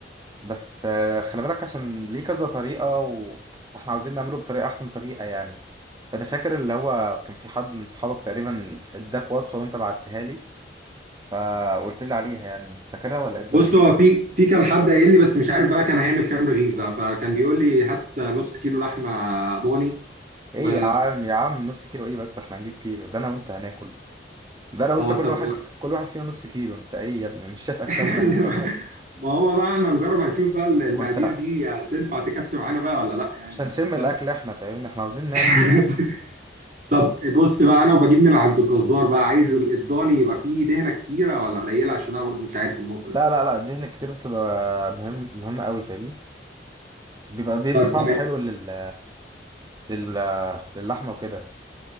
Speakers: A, on the right; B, on the right.
A: بس آه، خلي بالك عشان ليه كذا طريقه واحنا عاوزين نعمله بطريقه احسن طريقه يعني فانا فاكر اللي هو كان في حد من صحابك تقريبا اداك وصفه وانت بعتها لي فقلت لي عليها يعني فاكرها ولا ايه الدنيا
B: بص هو في في كان حد قايل لي بس مش عارف بقى كان هيعمل كام رغيف بقى فكان بيقول لي هات نص كيلو لحمة ضاني و
A: ايه يا عم يا عم نص كيلو ايه بس احنا هنجيب كيلو ده انا وانت هناكل ده لو
B: اه
A: انت كل
B: طب
A: واحد
B: و-
A: كل واحد فينا نص كيلو انت ايه يا ابني مش شايف اجسامنا
B: <laughs>
A: <laughs>
B: ما هو بقى احنا هنجرب هنشوف بقى المقادير
A: وانت
B: دي هتنفع تكفي معانا بقى ولا لا يعني
A: مش
B: انت
A: هنشم
B: فاهم
A: الاكل احنا فاهمني احنا عاوزين ناكل
B: <laughs> طب بص بقى انا وبجيب من عند الجزار بقى عايز الضاني يبقى فيه دهنه كتيره ولا قليله عشان انا برضو مش عارف النقطه
A: لا
B: دي
A: لا لا الدهن كتير بتبقى مهم مهمة قوي فاهمني بيبقى بيدي
B: طب
A: طعم
B: تمام
A: حلو لل لل للحمة وكده